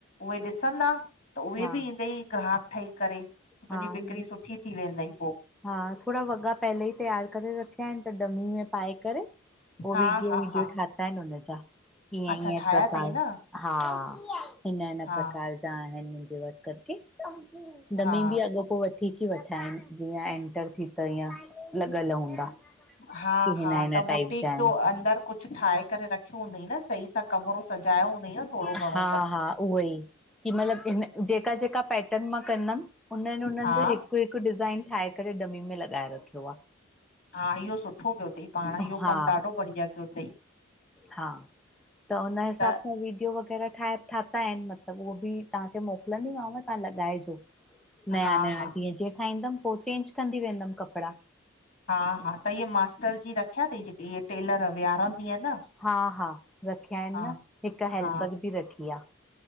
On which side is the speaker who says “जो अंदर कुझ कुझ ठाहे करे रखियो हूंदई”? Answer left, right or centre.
Left